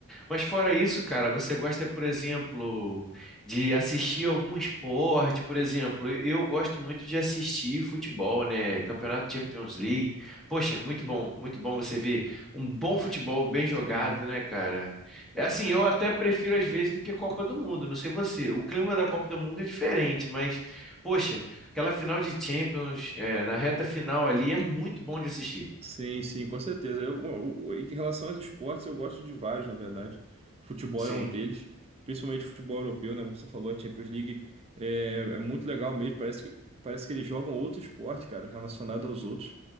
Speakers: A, in the centre; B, on the right.
A: Mas fora isso, cara, você gosta, por exemplo, de assistir algum esporte? Por exemplo, eu eu gosto muito de assistir futebol, né? Campeonato Champions League. Poxa, é muito bom, muito bom você ver um bom futebol bem jogado,
B: Sim.
A: né, cara? É assim, eu até prefiro às vezes do que Copa do Mundo, não sei você. O clima da Copa do Mundo é diferente, mas, poxa, aquela final de Champions, é, na reta final ali é muito bom de assistir.
B: Sim, sim, com certeza. Eu, o- em relação aos esportes, eu gosto de vários, na verdade. Futebol
A: Sim,
B: é um deles, principalmente futebol europeu, né? Como você falou, a Champions League é, é muito legal mesmo. Parece que, parece que eles jogam outro esporte, cara, relacionado aos outros,